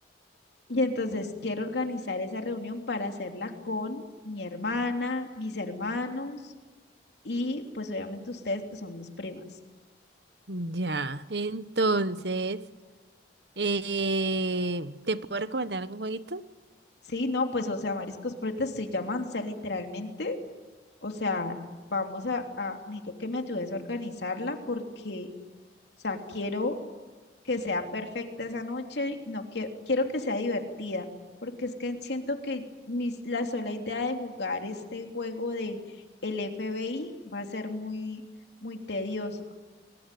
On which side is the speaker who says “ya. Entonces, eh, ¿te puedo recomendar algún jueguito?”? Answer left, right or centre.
Right